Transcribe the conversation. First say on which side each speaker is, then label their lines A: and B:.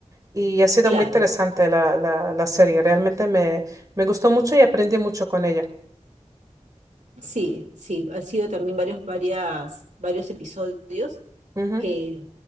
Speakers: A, on the right; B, on the right.
A: Y ha sido
B: Claro,
A: muy interesante la, la, la serie, realmente me, me gustó mucho y aprendí mucho con ella.
B: Sí, sí, han sido también varios, varias, varios episodios
A: Ujú,
B: que